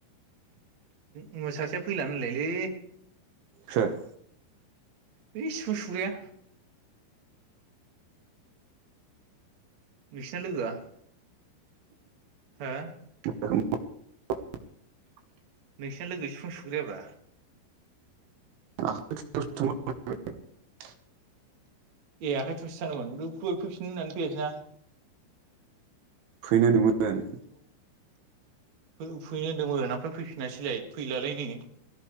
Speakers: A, on the right; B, on the right.
A: उ सासेया फैला नोलायलै।
B: सोर?
A: बे सिफुं सुग्राया। नोंसिरना लोगोआ। हो।
B: <unintelligible>
A: नोंसिना लोगो सिफुं सुग्रायाब्रा।
B: <unintelligible>
A: ए आखाय थुमसो थांगोमोन दहय फैफिनगोन होननानै फैयासै ना।
B: फैनो होनदोंमोन।
A: फैनो होनदोंमोन ओमफ्राय फैफिनासैलाय फैलालाय नै।